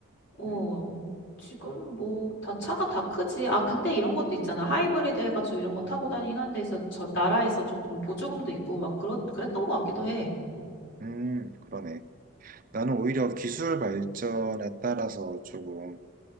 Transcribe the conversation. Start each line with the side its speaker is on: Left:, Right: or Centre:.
Left: 어,
Right: 음,
Left: 지금 뭐 다 차가 다 크지. 아, 근데 이런 것도 있잖아. 하이브리드 해가지고 이런 거 타고 다니긴 한데 서저 나라에서 조금 보조금도 있고 막 그렇 그랬던 것 같기도 해. 음.
Right: 음, 그러네. 나는 오히려 기술 발전에 따라서 조금